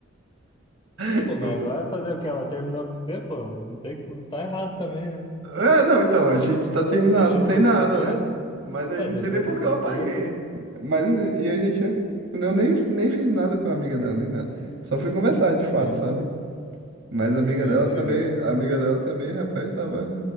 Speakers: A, on the right (about 65°); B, on the left (about 25°).
A: <laughs>
B: Pô, mas
A: Eu,
B: agora fazer o quê? Ela terminou com você, pô? Não tem, que- não tá errado também, né?
A: é, não, então, a gente tá terminado,
B: Deixou
A: não tem
B: você
A: nada,
B: solteira?
A: né? Mas aí
B: É,
A: não
B: deixou
A: sei nem
B: você
A: por que
B: solteira?
A: eu apaguei. Mas e a gente eu nem, nem fiz nada com a amiga dela, nem nada. Só fui conversar, de fato,
B: Sim,
A: sabe? Mas a amiga
B: sim,
A: dela também,
B: sim.
A: a amiga dela também, rapaz, tava,